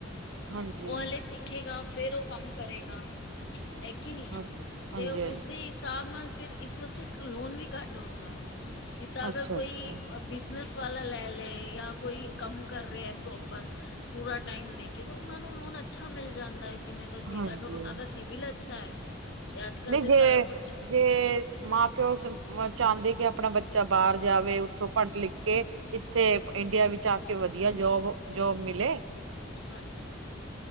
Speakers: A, on the right (about 80°); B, on the left (about 65°).
A: ਹਾਂਜੀ
B: ਉਹ ਹਲੇ ਸਿੱਖੇਗਾ। ਫੇਰ ਉਹ ਕੰਮ ਕਰੇਗਾ। ਹੈਗੀ ਨੀ
A: ਹਾਂ
B: ਤੇ,
A: ਹਾਂਜੀ
B: ਉਸਦੇ
A: ਹਾਂਜੀ
B: ਹਿਸਾਬ ਨਾਲ ਫੇਰ ਇਸ ਵਾਸਤੇ ਲੋਨ ਵੀ ਘੱਟ ਹੁੰਦਾ ਹੈ। ਜਿੱਦਾਂ
A: ਅੱਛਾ
B: ਅਗਰ ਕੋਈ
A: ਅੱਛਾ
B: ਬਿਜਨਸ ਵਾਲਾ ਲੈ-ਲੈ, ਯਾ ਕੋਈ ਕੰਮ ਕਰ ਰਿਹਾ ਹੈ। ਪ੍ਰੋਪਰ ਪੂਰਾ ਟਾਈਮ ਦੇਖ ਤਾਂ ਉਹਨਾਂ ਨੂੰ ਲੋਨ ਅੱਛਾ ਮਿਲ ਜਾਂਦਾ ਹੈ। ਜਿੰਨੇ ਦਾ ਚਾਹੀਦਾ
A: ਹਾਂਜੀ
B: ਅਗਰ ਉਹਨਾਂ ਦਾ ਸਿਵਲ ਅੱਛਾ ਹੈ। ਤੇ ਅੱਜ ਕੱਲ
A: ਨਹੀਂ
B: ਤੇ
A: ਜੇ
B: ਸਾਰਾ ਕੁਛ
A: -ਜੇ ਮਾਂ, ਪਿਓ ਚਾਹੁੰਦੇ ਕਿ ਆਪਣਾ ਬੱਚਾ ਬਾਹਰ ਜਾਵੇ। ਉੱਥੋਂ ਪੜ੍ਹ ਲਿਖ ਕੇ ਇੱਥੇ ਇੰਡੀਆ ਵਿੱਚ ਆ ਕੇ ਵਧੀਆ ਜੋਬ-ਜੋਬ ਮਿਲੇ।
B: ਹਾਂਜੀ